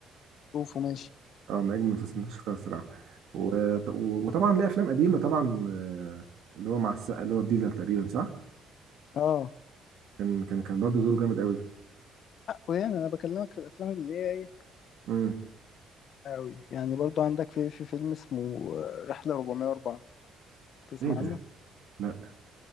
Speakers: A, on the left (about 60°); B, on the right (about 70°).
A: شوفه ماشي
B: اه من اجمل المسلسلات اللي شفتها الصراحه و... وطبعا ليه افلام قديمه طبعا آه، اللي هو مع السقا اللي هو الديلر تقريبا صح
A: اه
B: كان كان كان برضه دوره جامد قوي
A: ويعني انا بكلمك في الافلام اللي هي ايه
B: امم
A: قوي يعني برضو عندك في في فيلم اسمه آه، رحله 404 تسمع
B: ايه ده
A: عنه
B: لا